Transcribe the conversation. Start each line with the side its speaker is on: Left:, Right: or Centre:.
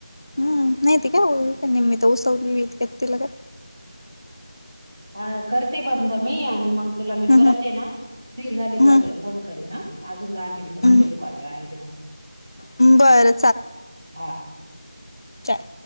Left: हं नाहीती कामी उसवली तिला का.
Right: हा करते बंद मी आणि मग. तुला मी
Left: हम्म
Right: परत ये ना फ्री झाली का
Left: हम्म
Right: तुला फोन करीन ह <unintelligible>
Left: हम्म हम्म बरं चार